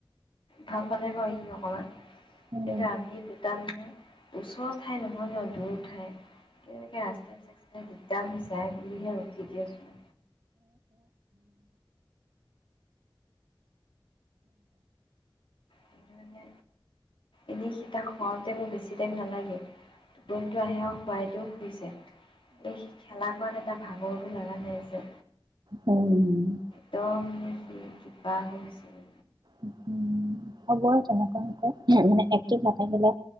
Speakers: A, on the left (about 85°); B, on the right (about 60°).
A: ভাল পালে গৈ আহিম অকমান
B: চবৰে
A: কিন্তু আমি দুটা মানে ওচৰৰ ঠাই নহয় ন দূৰ ঠাই। সেনেকে ৰাস্তাই-চাস্তাই দিগদাৰ হৈ যায় বুলি হে ৰখি দি আছোঁ। কিন্তু মানে এনেই সীতাক শুৱাওঁতে মোৰ বেছি টাইম নালাগে, টোপনিটো আহে আৰু শুৱাই দিওঁ শুই যায়। এই সি খেলা কৰাত এটা ভাগটো লগা নাই যে।
B: উম!
A: ত মানে সি কিবা হৈ গৈছিলে।
B: উম, হুম! হ'ব তেনেকুৱা হৈছে মানে এক্টিভ নাথাকিলে